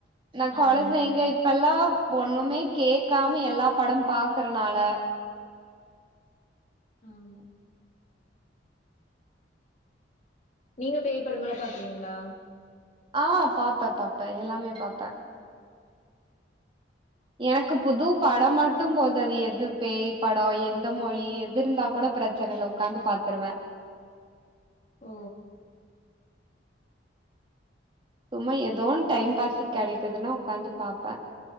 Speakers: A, on the right; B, on the left.
A: நா கொழந்தைங்க
B: ஆமா
A: இப் இப்பெல்லாம் ஒண்ணுமே கேக்காம எல்லா படம் பாக்கறனால
B: ஆமா நீங்க பேய் படமெல்லா பாக்குவீங்ளா
A: ஆ பாப்ப பாப்ப எல்லாமே பாப்ப எனக்கு புது படோ மட்டு போது அது எது பேய் படோ எந்த மொழி எது இருந்தா கூட பிரச்சனல்ல உக்காந்து பாத்துருவ
B: ஓ
A: சும்மா ஏதோன்னு டைம் பாஸ்க் கெடைக்குதுன்னா உக்காந்து பாப்ப